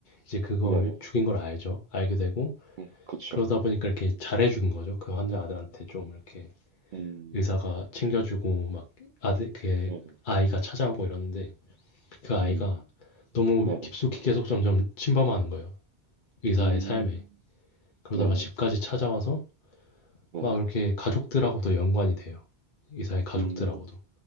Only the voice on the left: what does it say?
이제 그걸
죽인 걸 알죠. 알게 되고
그러다 보니까 이렇게 잘해 죽은 거죠. 그 환자 아들한테 좀 이렇게
의사가 챙겨주고 막 아들 그
아이가 찾아오고 이러는데 그 아이가
너무
깊숙이 계속 점점 침범하는 거예요. 의사의
삶에. 그러다가
집까지 찾아와서
막 이렇게 가족들하고도 연관이 돼요. 의사의 가족들하고도.